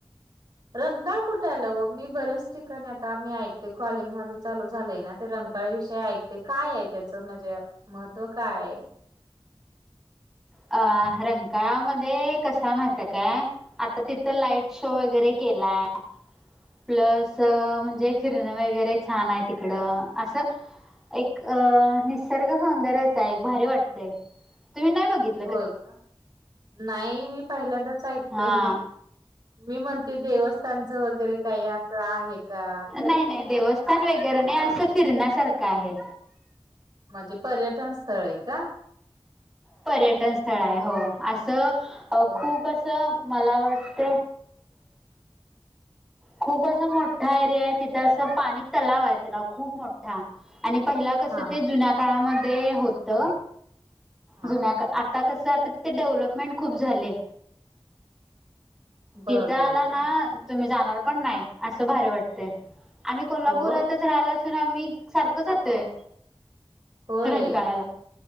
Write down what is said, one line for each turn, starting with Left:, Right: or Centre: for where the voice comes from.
Right: रंकाळ कुठेयाला हो, मी बऱ्याच ठिकाणी, आता मी ऐकते, कॉलिंग माझं चाल झालंय ना, ते रऽ ळ्या विषय ऐकते, काय त्याचं म्हणजे महत्त्व काय?
Centre: अ, रंकामध्येध्ये कस आय माहितीय काय,, आता तिथं लाईट शो वगैरे केलाय. प्लस म्हणजे, फिरणं वगैरे छान आहे तिकडं, असंऽ एक अ निसर्ग सौंदर्याचं आ, हे एक भारी वाटतेय. तुम्ही नाही बघितला?
Right: होय का, नाही मी पहिल्यांदाच ऐकते.
Centre: हा
Right: मी म्हणते देवस्थानच वगैरे काही असं आहे का
Centre: नाही नाही देवस् ण वगैरे नाही असं फिरण्यासारखं आहे
Right: म्हणजे पर्यटन स्थळ आहे का
Centre: पर्यटन स्थळ आहे हो असं
Right: बर
Centre: खूप मला वाटत खूप असं मोठा एरिया आहे तिथं असं पाणी तलाव आहे त्याला खूप मोठ हा आणि पहिला कस
Right: हा
Centre: ते
Right: हा
Centre: जुन्या काळामध्ये होत
Right: हा
Centre: जुन्या का आता कसं, आता तिथ डेव्हलपमेंट खूप झालेय.
Right: बर
Centre: तिथे आला
Right: बर बर
Centre: ना तुम्ही जाणार पण नाही असं भारी वाटते आम्ही कोल्हापुरातच
Right: हो
Centre: राहायला ून आ मही सारखंचातय
Right: होय
Centre: रंगकाळाला